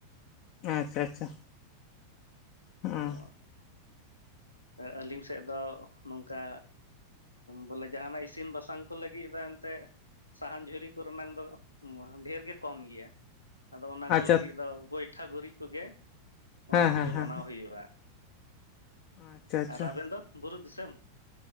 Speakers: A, on the left (about 40°); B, on the left (about 85°).
A: ᱟᱪᱪᱷᱟ ᱟᱪᱪᱷᱟ ᱦᱮᱸ
B: ᱟᱫᱚ ᱟᱹᱞᱤᱧ ᱥᱮᱫ ᱫᱚ ᱱᱚᱝᱠᱟ ᱵᱚᱞᱮ ᱡᱟᱦᱟᱱᱟᱜ ᱤᱥᱤᱱ ᱵᱟᱥᱟᱝ ᱠᱚ ᱞᱟᱹᱜᱤᱫ ᱫᱚ ᱮᱱᱛᱮᱜ ᱥᱟᱦᱟᱱ ᱡᱷᱩᱨᱤ ᱠᱚᱨᱮ ᱱᱟᱝ ᱫᱚ ᱰᱷᱮᱨ ᱜᱮ ᱠᱚᱢ ᱜᱮᱭᱟ᱾ ᱟᱫᱚ ᱚᱱᱟ ᱠᱚ
A: ᱟᱪᱪᱷᱟ
B: ᱞᱟᱹᱜᱤᱫ ᱫᱚ ᱜᱚᱸᱭᱴᱷᱟ ᱜᱩᱨᱤᱡ ᱠᱚᱜᱮ ᱚᱱᱟ
A: ᱦᱮᱸ
B: ᱠᱚᱜᱮ
A: ᱦᱮᱸ ᱦᱮᱸ
B: ᱵᱟᱱᱟᱣ ᱦᱩᱭᱩᱜᱼᱟ᱾
A: ᱟᱪᱪᱷᱟ ᱟᱪᱪᱷᱟ
B: ᱟᱨ ᱟᱵᱮᱱ ᱫᱚ ᱵᱩᱨᱩ ᱫᱤᱥᱚᱢ?